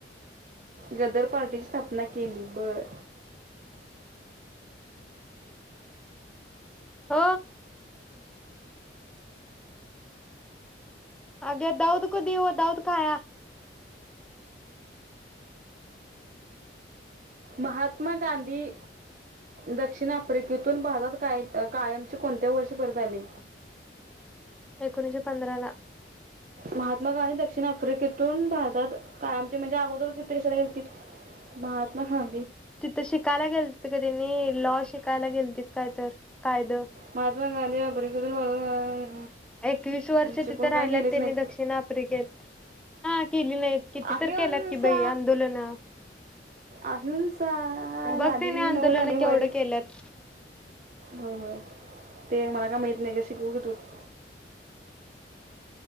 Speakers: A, on the right; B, in the centre.
A: गदर पार्टीची स्थापना केली बर
B: ह अगे दाऊद क देऊ दाऊद खाया
A: महात्मा गांधी दक्षिण आफ्रिकेतून भारात काय कायमचे कोणत्या वर्षी परत आले.
B: एकोणीशे पंधरा ला.
A: महात्मा गांधी दक्षिण आफ्रिकेतून भारतात कायमची म्हणजे अगोदर किती कशाला गेलतील महात्मा ह-
B: तिथं शिकायला गेलते का त्यानी लॉ शिकायला गेलते. काय तर कायदं.
A: महातमा गांधी आफ्रिकेतून <unintelligible>
B: एकवीस वर्ष
A: चुकून
B: तिथे
A: काय
B: राहिल्यात
A: केलेच
B: त्यांनी
A: नाहीत
B: दक्षिण आफ्रिकेत- हा केली नाहीत किती
A: अहिंसा
B: तर केल्यात कि बाई आंदोलन
A: अहिंसा
B: बघ
A: गांधीजीची
B: त्याने आंदोलन
A: नऊ जानेवारी
B: केवढ केल्यात-
A: होय होय ते मला काय माहत नाही का शिकवून घे तूच -